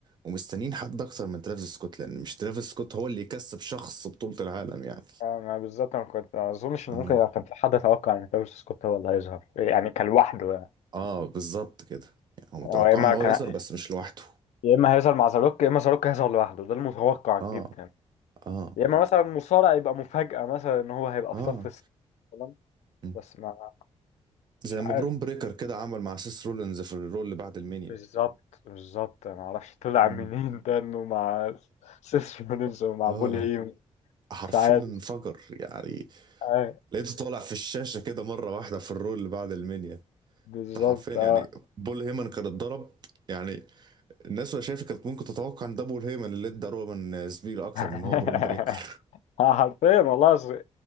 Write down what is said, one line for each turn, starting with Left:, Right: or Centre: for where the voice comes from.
Right: ومستنيين حد اكتر من ترافيس سكوت لان مش ترافيس سكوت هو اللي يكسب شخص بطولة العالم يعني
Left: آه، ما بالظبط انا كنت ما اظنش
Right: مم.
Left: ان ممكن كان في حد توقع ان تايوس سكوت هو اللي هيظهر يعني كان لوحده يعني
Right: اه بالظبط كده يعني هو متوقع
Left: هو يا اما
Right: ان هو
Left: كان
Right: يظهر بس مش لوحده
Left: يا اما هيظهر مع زاروك يا اما زاروك هيظهر لوحده ده المتوقع
Right: اه
Left: جدا
Right: اه
Left: يا اما مثلا مصارع يبقى مفاجأة مثلا ان هو هيبقى
Right: اه
Left: في صف الس- مثلاً.
Right: مم.
Left: بس ما
Right: زي
Left: مش عارف
Right: ما برون بريكر كده عمل مع سيس رولينز في الرول اللي بعد المنيا
Left: بالظبط بالظبط انا ما اعرفش طلع
Right: مم.
Left: منين ده انه مع سيس رولينز
Right: <laughs>
Left: ومع
Right: اه
Left: بول هيم
Right: حرفيا
Left: مش عارف
Right: انفجر يعني
Left: آه،
Right: لقيته طالع في الشاشة كده مرة واحدة في الرول اللي بعد المنيا
Left: بالظبط
Right: انت حرفيا يعني
Left: اه
Right: بول هيمن كان اتضرب يعني الناس وهي شايفة كانت ممكن تتوقع ان ده بول هيمن اللي ادى رومان سبير اكتر
Left: <laughs>
Right: من هو برون بريكر
Left: حرفيا والله